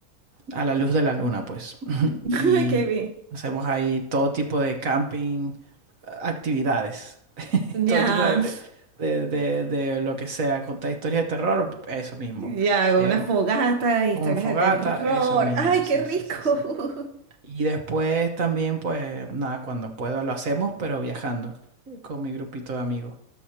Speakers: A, on the right; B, on the right.
A: a la luz de la luna, pues. <laughs>
B: <laughs>
A: Y
B: Ay, Qué bien.
A: hacemos ahí todo tipo de camping, actividades, <laughs>
B: Ya.
A: todo el tipo de, de, de- de- de lo que sea, contar historias de terror, eso mismo.
B: Ya, hago
A: Eh,
B: una fogata, historias
A: con fogata,
B: de terror.
A: eso mismo,
B: ¡Ay,
A: sí,
B: qué rico!
A: sí, sí, sí.
B: <laughs>
A: Y después también, pues nada, cuando puedo lo hacemos, pero viajando con mi grupito de amigos.